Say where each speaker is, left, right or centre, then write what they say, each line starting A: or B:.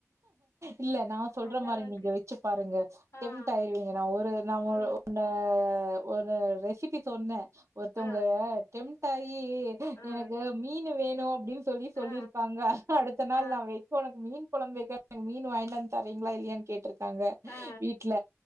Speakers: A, on the right (about 65°); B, on the left (about 80°).
A: இல்ல நா சொல்ற
B: அந்த
A: மாரி
B: அளவுக்கு
A: நீங்க வெச்சுப்பாருங்க டெம்ட்
B: ஆ
A: ஆயிருவீங்க நா ஒரு நா
B: ம்
A: ஒரு நா ஒரு ரெசிபி சொன்னெ ஒருத்தவங்க
B: ஆ
A: டெம்ட்டாயீ
B: ஆ
A: எனக்கு மீனு வேணூ அப்டின் சொல்லி சொல்லிருக்காங்க
B: ஆ
A: அடுத்த
B: ஆ
A: நாள்
B: ஆ
A: நா வைகோணு மீன் கொழம்பு வெக்க மீனு வாய்ன்டு வந்து தரெங்ளா இல்லையான் கேட்ருக்காங்க
B: ஆ
A: வீட்ல